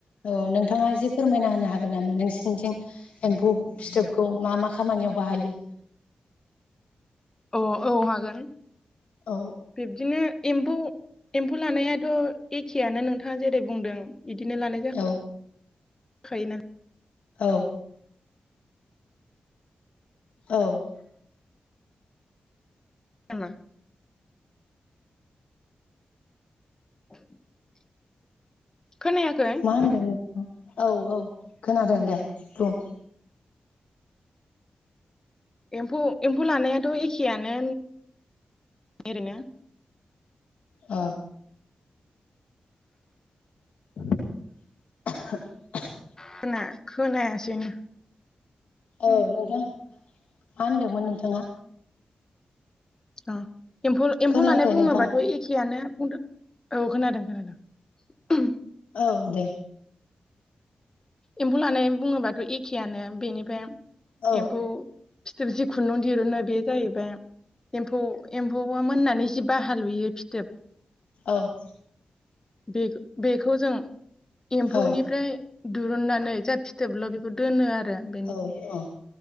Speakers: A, on the left; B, on the left.
A: औ नोंथाङा एसे फोरमायना होनो हागोन नामा नोंसिनिथिं एम्फौ फिथोबखौ मा मा खामानियाव बाहायो।
B: अ औ हागोन।
A: औ
B: बिब्दिनो एम्फौ एम्फौ लानायाथ' एखेयानो नोंथाङा जेरै बुंदों बिदिनो लानाय जा
A: औ
B: खायो ना
A: औ औ
B: <unintelligible> <inaudible> खोनायाखै
A: मा होनदों नोंथां औ औ खोनादों दे बुं।
B: एमफौ एम्फौ लानायाथ' एखेआनो ओरैनो।
A: ओ <unintelligible>
B: खोना खोनायासैनो।
A: औ नोंथां मा होनदोंमोन नोंथाङा?
B: औ एम्फौ एम्फौ
A: खोनायाखै
B: लानाय बुङोबाथ'
A: नोंथाङा
B: एखेआनो बुंदों। औ खोनादों खोनादों।
A: औ दे।
B: एम्फौ लानाय बुङोबाथ' एखेयानो बेनिफ्राय
A: औ
B: एम्फौ फिथोब जि खुन्दुं दिरुनो बे जाहैबाय। एम्फौ एम्फौआ मोननानै बाहा हालुयो फिथोब
A: औ
B: बे बेखौ जों एम्फौनिफ्राय
A: औ
B: दिरुननानै जा फिथोबल' बेखौ दोनो आरो। बेनि
A: औ अ